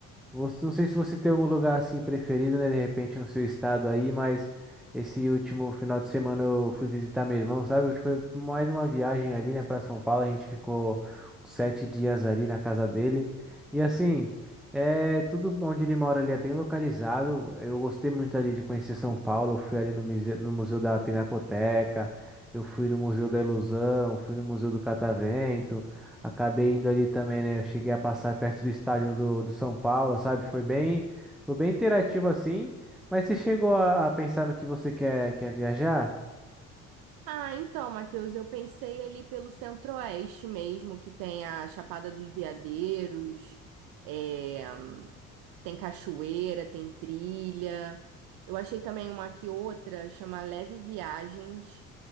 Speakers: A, in the centre; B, on the right (about 55°).
A: Você, não sei se você tem algum lugar assim preferido, né? De repente no seu estado aí, mas esse último final de semana eu fui visitar meu irmão, sabe? Foi mais uma viagem ali, né, para São Paulo. A gente ficou uns sete dias ali na casa dele. E assim, é tudo onde ele mora ali é bem localizado. Eu gostei muito ali de conhecer São Paulo. Eu fui ali no museu, no Museu da Pinacoteca, eu fui no Museu da Ilusão, fui no Museu do Catavento. Acabei indo ali também, né? Eu cheguei a passar perto do estádio do, do São Paulo, sabe? Foi bem, foi bem interativo assim. Mas você chegou a, a pensar no que você quer, quer viajar?
B: Ah, então, Matheus, eu pensei ali pelo Centro-Oeste mesmo, que tem a Chapada dos Veadeiros, é, tem cachoeira, tem trilha. Eu achei também uma aqui outra, chama Leve Viagens,